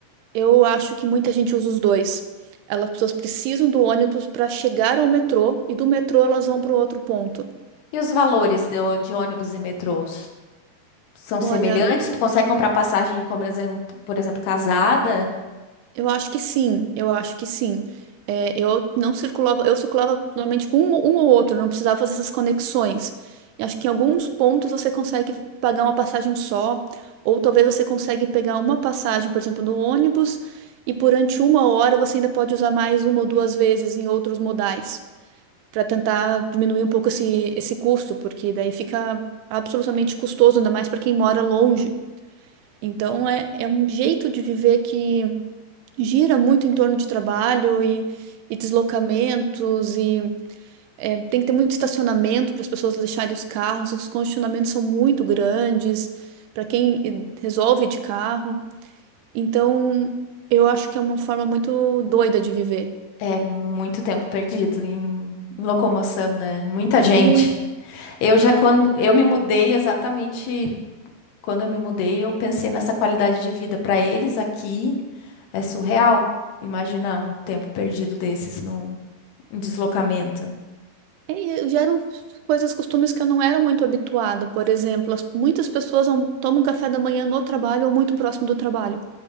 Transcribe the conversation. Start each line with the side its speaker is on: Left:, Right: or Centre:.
Right: eu acho que muita gente usa os dois. Elas, as pessoas precisam do ônibus para chegar ao metrô e do metrô elas vão para o outro ponto.
Left: E os valores do- de ônibus e metrôs? são
Right: Olha,
Left: semelhantes, tu consegue comprar passagem, como por exemplo, por exemplo, casada,
Right: eu acho que sim, eu acho que sim. É, eu não circulava, eu circulava normalmente com um, um ou outro, não precisava fazer essas conexões. E acho que em alguns pontos você consegue pagar uma passagem só, ou talvez você consegue pegar uma passagem, por exemplo, do ônibus, e durante uma hora você ainda pode usar mais uma ou duas vezes em outros modais. para tentar diminuir um pouco esse, esse custo, porque daí fica absolutamente custoso, ainda mais para quem mora longe. Então, é, é um jeito de viver que gira muito em torno de trabalho e, e deslocamentos, e é, tem que ter muito estacionamento para as pessoas deixarem os carros, os congestionamentos são muito grandes para quem eh, resolve de carro. Então, eu acho que é uma forma muito doida de viver.
Left: é muito tempo perdido em, em locomoção, né? Muita gente.
Right: Muito.
Left: Eu já quando eu me mudei exatamente quando eu me mudei, eu pensei nessa qualidade de vida para eles aqui é surreal. Imaginar um tempo perdido desses num em deslocamento.
Right: É, e já eram coisas, costumes que eu não era muito habituada. Por exemplo, as- muitas pessoas não tomam café da manhã no trabalho ou muito próximo do trabalho,